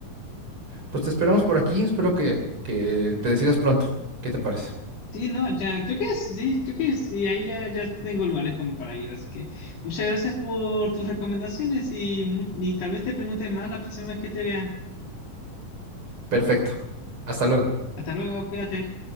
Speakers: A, on the right; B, on the left.
A: Pues te esperamos por aquí, espero que, que te decidas pronto. ¿Qué te parece?
B: Sí, no, ya, creo que sí, creo que sí, ahí ya, ya tengo lugares como para ir, así que muchas gracias por tus recomendaciones y, mu- y tal vez te pregunte más la próxima vez que te vea.
A: Perfecto. Hasta luego.
B: Hasta luego, cuídate.